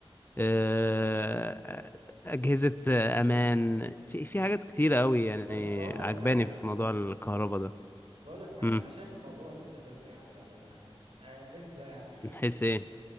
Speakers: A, on the left (about 20°); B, on the right (about 80°).
A: أه أجهزة أمان في في حاجات كتيرة أوي يعني
B: بس بقول لك
A: عجباني
B: حاجة
A: في موضوع الكهرباء ده
B: بقول لك حاجة
A: مم.
B: انا شايف الموضوع لسه بدري عليه قوي يعني آه لسه يعني ايه
A: من حيث إيه؟